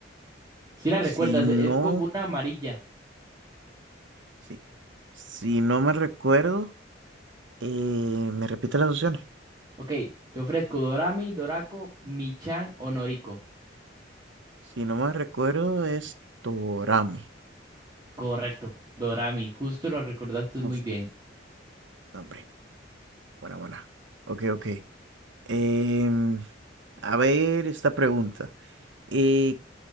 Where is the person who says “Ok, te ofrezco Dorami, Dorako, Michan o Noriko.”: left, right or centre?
Right